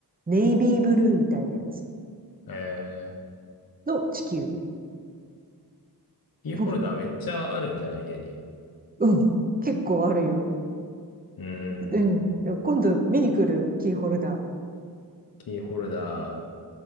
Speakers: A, on the right (about 20°); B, on the left (about 60°).
A: ネイビーブルーみたいなやつ
B: えー、
A: の地球儀。
B: キーホルダーめっちゃあるんじゃない家に。
A: もう、うん。結構あるよ。
B: う
A: うん。
B: ん。
A: 今度見に来るキーホルダー。
B: キーホルダ